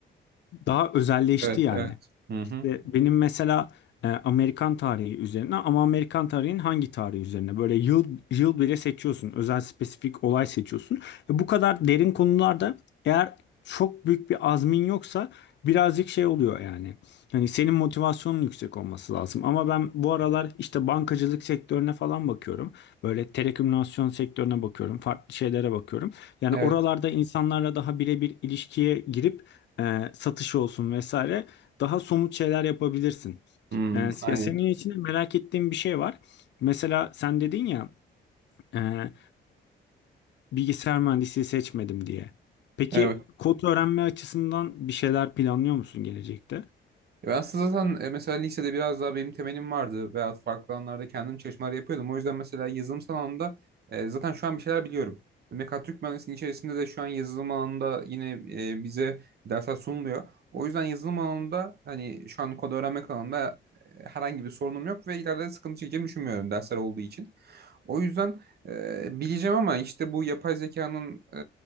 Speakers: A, on the left (about 65°); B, on the right (about 55°).
A: daha özelleşti
B: evet,
A: yani.
B: evet. Hı
A: İşte
B: hı.
A: benim mesela e, Amerikan tarihi üzerine ama Amerikan tarihinin hangi tarihi üzerine? Böyle yıl yıl bile seçiyorsun. Özel spesifik olay seçiyorsun. E, bu kadar derin konularda eğer çok büyük bir azmin yoksa birazcık şey oluyor yani. Hani senin motivasyonun yüksek olması lazım. Ama ben bu aralar işte bankacılık sektörüne falan bakıyorum. Böyle telekomünikasyon sektörüne bakıyorum. Farklı şeylere bakıyorum. Yani
B: Evet.
A: oralarda insanlarla daha birebir ilişkiye girip e, satış olsun vesaire daha somut şeyler yapabilirsin.
B: Hmm,
A: Ee,
B: aynen.
A: ya senin içinde merak ettiğim bir şey var. Mesela sen dedin ya e, bilgisayar mühendisliği seçmedim diye. Peki
B: Evet.
A: kod öğrenme açısından bir şeyler planlıyor musun gelecekte?
B: Ya Ben aslında zaten e, mesela lisede biraz daha benim temelim vardı veya farklı alanlarda kendim çalışmalar yapıyordum. O yüzden mesela yazılımsal alanda e, zaten şu an bir şeyler biliyorum. Mekatronik mühendisliğinin içerisinde de şu an yazılım alanında yine e, bize dersler sunuluyor. O yüzden yazılım alanında hani şu an kod öğrenmek alanında e, herhangi bir sorunum yok ve ileride sıkıntı çekeceğimi düşünmüyorum dersler olduğu için. O yüzden e, bileceğim ama işte bu yapay zekanın e,